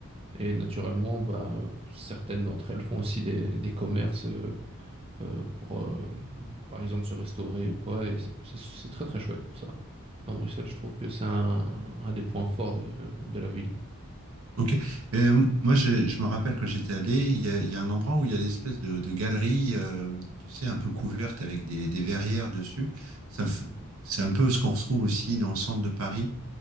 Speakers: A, on the right; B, on the right.
A: Et naturellement, bah, certaines d'entre elles font aussi des, des commerces euh, euh, pour, euh, par exemple, se restaurer ou quoi. Et c'est c'est- c'est très très chouette pour ça. Dans Bruxelles, je trouve que c'est un, un des points forts de, de la ville.
B: Ok. Euh, moi, je, je me rappelle quand j'étais allé, il y a, il y a un endroit où il y a des espèces de, de galeries, euh, tu sais, un peu couvertes avec des, des verrières dessus. Ça me f- C'est un peu ce qu'on retrouve aussi dans le centre de Paris,